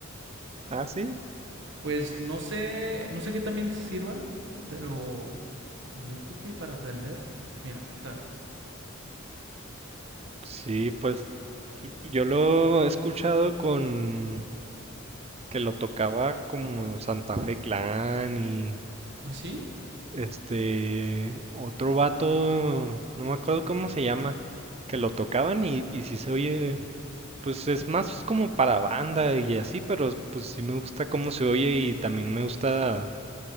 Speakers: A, on the right; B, on the right.
A: Ah, sí.
B: Pues no sé, no sé qué también sirva, pero yo creo que para aprender. Mira, espérame.
A: Sí, pues yo lo he escuchado con que lo tocaba como Santa Fe Clan y
B: ¿Así?
A: Este, otro vato, no me acuerdo cómo se llama, que lo tocaban y, y si se oye, pues es más como para banda y así, pero pues sí me gusta cómo se oye y también me gusta,